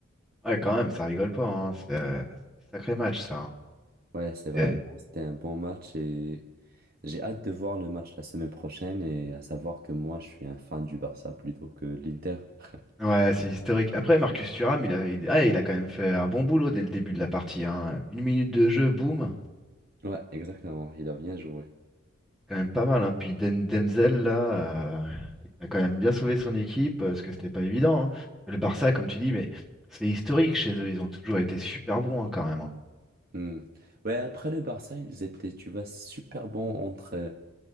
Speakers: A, in the centre; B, on the right.
A: Ouais, quand même, ça rigole pas. hein. C'est euh, c'est des sacrés matchs, ça. hein.
B: Ouais, c'est vraiment,
A: C'est-
B: c'était un bon match et j'ai hâte de voir le match la semaine prochaine et à savoir que moi, je suis un fan du Barça plutôt que de l'Inter. <laughs>
A: Ouais, c'est historique. Après, Marcus Thuram, il a, il, ah, il a quand même fait un bon boulot dès le début de la partie. hein. Une minute de jeu, boum.
B: Ouais, exactement. Il a bien joué.
A: quand même pas mal. Hein. Puis Den- Demzel, là, euh, il a quand même bien sauvé son équipe, euh, parce que c'était pas évident. hein. Le Barça, comme tu dis, mais c'est historique chez eux, ils ont toujours été super bons hein, quand même. hein.
B: Hmm. Ouais, après le Barça, ils étaient, tu vois, super bons entre